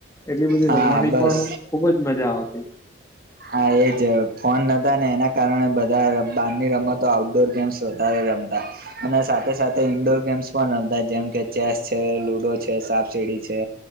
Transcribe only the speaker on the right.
હા
બસ
હા એજ ફોન નતાને એના કારણે બધા બારની રમતો આઉટડોર ગેમ્સ વધારે રમતા અને સાથે સાથે ઇન્ડોર ગેમ્સ પણ રમતા જેમ કે ચેસ છે, લુડો છે, સાપ સીડી છે.